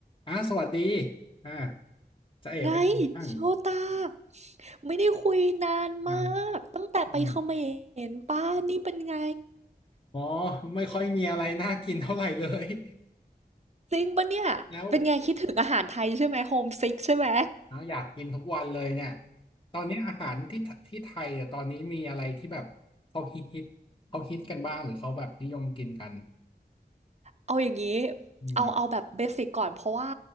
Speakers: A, on the left; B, on the right.
A: อ่าสวัสดีอ่าจะเอ๋เป็นยังไงบ้าง
B: ไงโชตาไม่ได้คุยนานมากตั้งแต่ไปเขม
A: นั่นอืม
B: รป้านี่เป็นไง
A: <laughs> อ๋อไม่ค่อยมีอะไรน่ากินเท่าไหร่เลย <laughs>
B: จริงปะเนี่ยเป็นไงคิดถึงอาหารไทยใช่ไหมโฮมซิกใช่ไหม
A: แล้วอะอยากกินทุกวันเลยเนี่ยตอนนี้อาหารที่ที่ไทยอ่ะตอนนี้มีอะไรที่แบบเขาฮิตฮิตเขาฮิตกันบ้างหรือเขาแบบนิยมกินกัน
B: เอาอย่างนี้
A: อืม
B: เอาเอาแบบเบสิกก่อนเพราะว่า